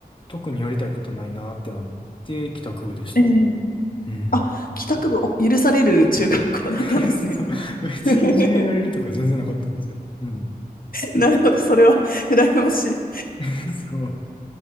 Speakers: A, on the left (about 30°); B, on the left (about 65°).
A: 特にやりたいことないなってなって、帰宅部でした。
B: えー、
A: うん。
B: あ、帰宅部を許される中学校だったんですね。
A: <laughs> そう。別にいじめられるとか全然なかったんですよ。
B: <laughs>
A: うん。
B: なるほど、それは <laughs> 羨ましい。
A: <laughs> そう。